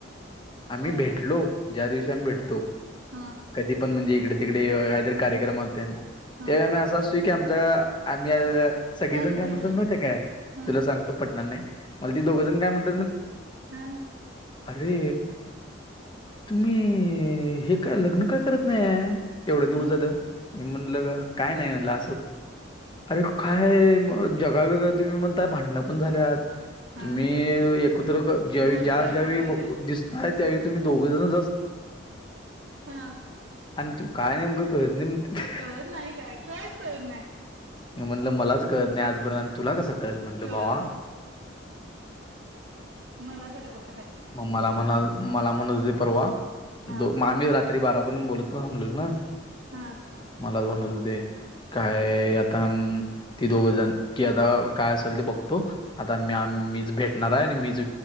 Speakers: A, on the left; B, on the right.
A: आम्ही
B: काय बोलली
A: भेटलो ज्या दिवशी आम्ही भेटतो
B: हा
A: कधी पण म्हणजे इकडे तिकडे काहीतरी कार्यक्रम होते
B: हा
A: त्यावेमही असं असू की आमचा आम्ही सगळेजण
B: कायच
A: काय
B: घडलंच
A: म्हणतात म
B: नाही
A: ते काय
B: हम्म
A: तुला सांगतो पटनांर नाही मला
B: हम्म
A: ती दोघं जण काय म्हणतात
B: हा
A: अरे तुम्ही हे काय लग्न का करत नाही? एवढे दिवस
B: मग
A: झालं मी म्हणलं काय नाही ला अरे काय जगावेेगळ तुम्ही म्हणताय भांडण पण झाल्यात
B: हा
A: तुम्ही एकत्र ज्या
B: बोलताय
A: ज्या ज्यावेळी
B: पण
A: बघ दिसताय त्यावेळी तुम्ही दोघ जण
B: हा
A: आणि तू काय नेमकं कळत नाही. मी
B: कळत नाही काय कायच कळत नाही.
A: म्हटलं मलाच कळत नाही आजपर्यंत आणि तुला कसं कळेल म्हटलं
B: कळल
A: भावा.
B: मला तरी कुठ
A: मग मला म्हणाल मला म्हणत होता परवा
B: हा
A: आम्ही रात्री बारापर्यंत बोलत बसलेलो. मंग
B: हा
A: मलाच म्हणत होते काय आता म ती दोघ जण कि आता काय असेल ते बघतो आता मी आम मीच भेटणार आहे आणि मीच